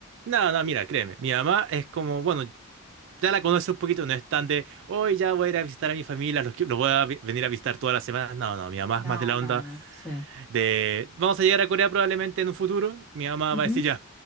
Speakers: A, on the right; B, in the centre.
A: No, no, mira, créeme, mi mamá es como, bueno, ya la conoce un poquito, no es tan de, hoy ya voy a ir a visitar a mi familia, los, que- los voy a vi- venir a visitar todas las semanas. No, no, mi mamá
B: No,
A: es más de la
B: no,
A: onda.
B: no, sí.
A: De, vamos a llegar a Corea probablemente en un futuro. Mi mamá
B: Ujú,
A: va a decir ya,